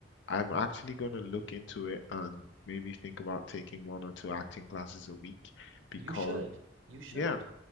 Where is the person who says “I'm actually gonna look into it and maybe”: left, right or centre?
Left